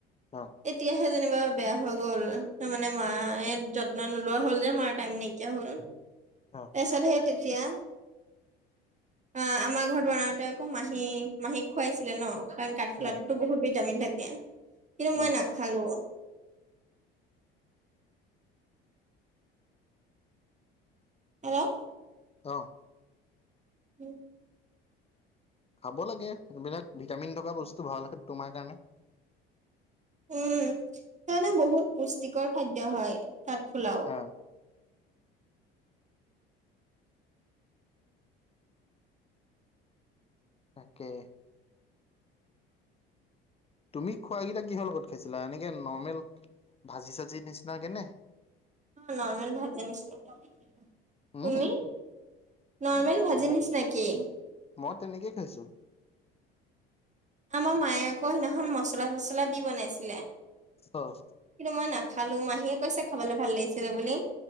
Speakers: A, on the left (about 20°); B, on the right (about 25°).
A: অ
B: তেতিয়াহে যেন কনিবা বেয়া হৈ গ'ল ত' মানে মায়ে যত্না নোলোৱা হ'ল যে মাৰ টাইম নাইকিয়া হ'ল।
A: অ
B: তাৰপিছত সেইতেতিয়া আ, আমাৰ ঘৰত বনাওঁতে আকৌ মাহী - মাহীক খোৱাইছিলে ন'? কাৰণ কাঠফুলাটোতো
A: অ
B: বহুত ভিটামিন থাকে, কিন্তু মই
A: অ
B: নাখালো। হেল্ল'
A: অ',
B: উম,
A: খাব লাগে এইবিলাক ভিটামিন থকা বস্তু ভাল, তোমাৰ কাৰণে।
B: উম, তাৰ মানে বহুত পুষ্টিকৰ খাদ্য হয় কাঠফুলক
A: অ তাকে। তুমি খোৱাকেইটা কিহৰ লগত খাইছিলা, এনেকে নৰ্মেল ভাজি-চাজি নিচিনাকেনে?
B: নৰ্মেল ভাজি নিচিনা। তুমি
A: উম,
B: নৰ্মেল ভাজি
A: ম
B: নিচিনাকে।
A: মই তেনেকেই খাইছো।
B: আমাৰ মায়ে আকৌ সিদিনাখন মচলা -চচলা দি বনাইছিলে।
A: অ'।
B: কিন্তু মই নাখালো, মাহীয়ে কৈছে খাবলৈ ভাল লাগিছিলে বুলি।